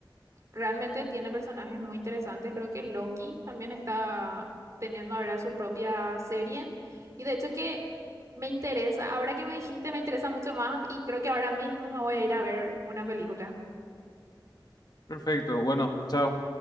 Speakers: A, on the right; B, on the left.
A: realmente tiene personajes muy interesantes. Creo que Loki también está teniendo ahora su propia serie. Y de hecho que me interesa, ahora que me dijiste, me interesa mucho más y creo que ahora mismo me voy a ir a ver una película.
B: Perfecto, bueno, chao.